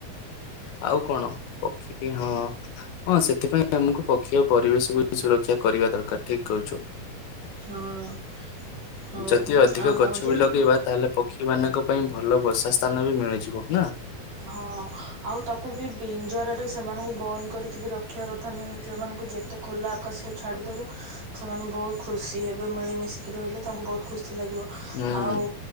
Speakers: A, on the left (about 75°); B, on the right (about 60°).
A: ଆଉ କଣ ପକ୍ଷୀ ହଁ। ହଁ ସେଥିପାଇଁ ଆମକୁ ପକ୍ଷୀ ଆ ପରିବେଶକୁ ସୁରକ୍ଷା କରିବା ଦରକାର ଠିକ କହିଛୁ।
B: ହଁ। ହଉ
A: ଯଦି ଅଧିକ
B: ଆଉ ହଁ
A: ଗଛ
B: ଯେ
A: ବି ଲଗେଇବା ତାହେଲେ ପକ୍ଷୀ ମାନଙ୍କ ପାଇଁ ଭଲ ବର୍ଷା ସ୍ଥାନ ବି ମିଳିଯିବ ନା?
B: ହଁ ଆଉ ତାକୁ ବି ଭିଞ୍ଜର ରେ ସେମାନଙ୍କୁ ବନ୍ଦ କରିକି ବି ରଖିବା କଥା। ତଥମୁ ସେମାନଙ୍କୁ ଯେତେ ଖୋଲା ଆକାଶରେ ଛାଡ଼ିଦେବ ସେମାନେ ବହୁତ ଖୁସି ଏବେ ମିଳିମିଶିକି ରହିଲେ ତାଙ୍କୁ ବହୁତ ଖୁସି ଲାଗିବ
A: ହୁଁ
B: ଆଉ